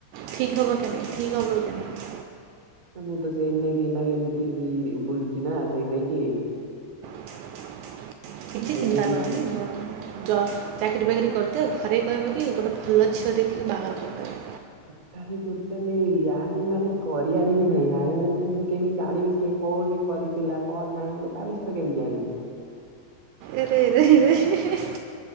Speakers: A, on the right; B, on the right.
A: ଠିକ୍ ହେବ କି ନାହିଁ ଠିକ ହେବ କି ନାହିଁ।
B: ନା ମୁଁ ତ ସେଇ ତି ନେଇକି ଏମିତି ବୁଲୁଛି ନା ସେଇ ତି ନାକି
A: କିଛି
B: ସେଇ
A: ଚିନ୍ତା
B: ନେଇକି
A: କରୁନି ଭ ଜବ ଚାକିରରି ବାକିରି କରିଦିଅ ଘରେ କହିବକି ଗୋଟେ ଭଲ ଝିଅ ଦେଖିକି ବାହାଘର କରିଦେବେ
B: ଟୋଟାଲି ଟୋଟାଲି ଆରେଞ୍ଜ ମାନେ କରିବାରେ ହିଁ ନାହିଁ ଆରେଞ୍ଜ ମ୍ୟାରେଞ୍ଜ ମୁଁ କେମିତି ଜାଣିବି କିଏ କଣ କ କରିଥିଲା କଣ ନାହିଁ ତା ବିଷୟରେ କେମିତି ଜାଣିବି?
A: ଏରେଇ ରରେଇ ରଇ